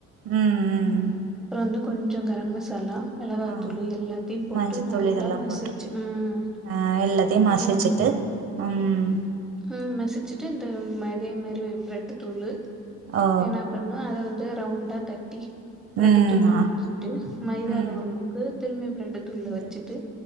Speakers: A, on the right (about 45°); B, in the centre.
A: ம் ம்
B: வந்து கொஞ்சங் கர மசாலா மிளகாத்தூள்
A: ஆ
B: எல்லாத்தையும் போட்டு
A: மஞ்சத்தூள்
B: நல்லா
A: இதெல்லா
B: மசுச்சு
A: போட்டு
B: ம்
A: ஆ எல்லாத்தையு மசிச்சுட்டு
B: எல்லாத்
A: ம்
B: ம் மசுச்சுட்டு இந்த இதே மாரி பிரெட்டு தூளு
A: ஓ
B: என்ன பண்ணு அத வந்து ரவுண்டா தட் ட்டி பிரெட்டு
A: ம்
B: தூளு
A: ஆ
B: முக்கிட்டு மைதால
A: ம்
B: ஒரு முக்கு திரும்பி பிரெட்டு தூள்ள
A: பிரெட்
B: வெச்சுட்டு
A: எடுத்து